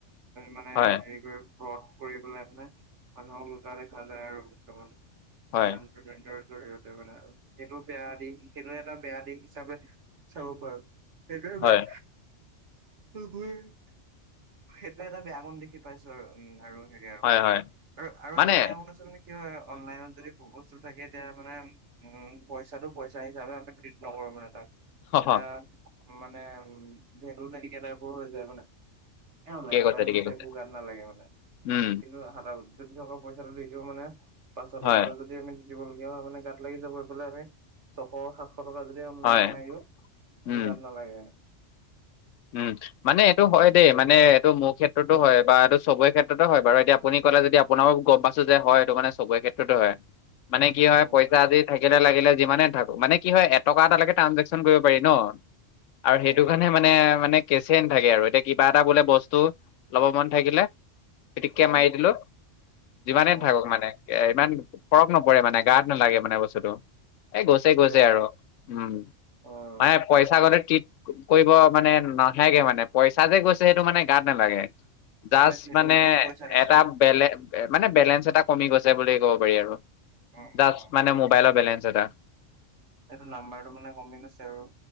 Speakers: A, on the right (about 70°); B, on the left (about 80°).
A: মানে
B: হয়
A: হেৰি কৰি কৈও লাভ নাই মানুহক লুতা দেখা যায় আৰু বৰ্তমান
B: হয়
A: অ <unintelligible> জৰিয়তে মানে আৰু সেইটো বেয়া দিশ সেইটো এটা বেয়া দিশ হিচাপে চাব পাৰোঁ সেইটোহে
B: হয়
A: বেয়া। <unintelligible> সেইটো এটা বেয়া গুণ দেখি পাইছো আৰু উম আৰু সেই থাকে
B: হয় হয়
A: আৰু আৰু
B: মানে
A: এটা বেয়া গুণ আছে নহয় কি হয় অনলাইনত যদি প্ৰপজ বস্ত থাকে এতিয়া মানে উম পইচাটো পইচা হিচাপে আমি ট্ৰিট নকৰো মানে তাত
B: কওক
A: এটিয়া মানে উম ভেলু নাইকিয়া তাইপৰ হৈ যায় মানে। এ অনলাইনপাহে
B: ঠিকে কৈছে ঠিকে
A: গৈছে
B: কৈছে
A: একো গাত নালাগে মানে
B: উম
A: কিন্তু হাতত থকা পইচাটো দি দিও মানে পাঁচশ টকা
B: হয়
A: এটা যদি আমি দিবলগীয়া হলে গাত লাগি যাব এইফালে আমি ছশ সাতশ টকা য যদি অনলাইনত
B: হয়
A: মাৰি দিও সেইটো
B: উম
A: গাত নালাগে।
B: উম' মানে এইটো হয় দেই মানে এইটো মোৰ ক্ষেত্ৰতো হয় বা এইটো চবৰে ক্ষেত্ৰতো হয় বাৰু‌ এতিয়া আপুনি ক'লে যদি আপ আপোনাকো গম পাইছো যে হয় এইটো কাৰণে চবৰে ক্ষেত্ৰতে হয়। মানে কি
A: উম
B: হয় পইচা আজি থাকিলে লাগিলে যিমানে থাকক মানে কি হয় এটকা এটালৈকে ট্ৰানজেকশ্যন কৰিব পাৰি ন
A: উম
B: আৰু সেইটো কাৰণে মানে মানে কেচে নথাকে আৰু এতিয়া কিবা এটা বোলে বস্তু লব মন থাকিলে পিতিককে
A: উম
B: মাৰি দিলো যিমানে
A: উম
B: থাকক মানে ইমান ফৰক নপৰে মানে গাত নালাগে মানে বস্তুটো এ গৈছে গৈছে
A: দেই
B: আৰু উম
A: উম
B: নাই মানে পইচা মানে ট্ৰিট কৰিব মানে নাথাকে মানে পইচা যে গৈছে সেইটো মানে গাত নালাগে দাস্ত
A: ভেলুটো
B: মানে
A: পইচা নিচিনা
B: এটা
A: ন।
B: বেলেগ এ মানে বেলেঞ্চ এটা কমি গৈছে বুলি ক'ব পাৰি আৰু
A: উম
B: জাষ্ট
A: উম
B: মানে মোবাইলৰ বেলেঞ্চ এটা
A: এইটো নাম্বাৰটো মানে কমি গৈছে আৰু